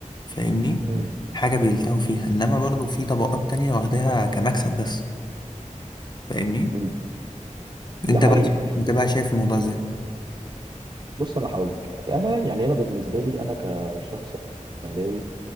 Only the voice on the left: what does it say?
فاهمني
حاجة بيلتهوا فيها انما برضو في طبقات تانية واخداها كمكسب بس فاهمني
انت
بقى شا- انت بقى شايف الموضوع ازاي